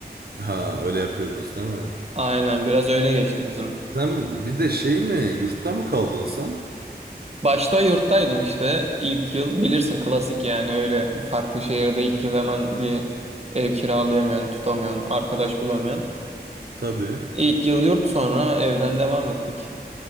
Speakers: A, on the right; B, on the right.
A: Ha öyle yapıyordunuz değil mi?
B: Aynen biraz öyle geçti bizim.
A: Sen bir de şey mi yurtta mı kaldın sen?
B: Başta yurttaydım işte ilk yıl. Bilirsin klasik yani öyle farklı şehirde ilk yıl hemen bir ev kiralayamıyorsun, tutamıyorsun, arkadaş bulamıyorsun.
A: Tabii.
B: İlk yıl yurt sonra evden devam ettik.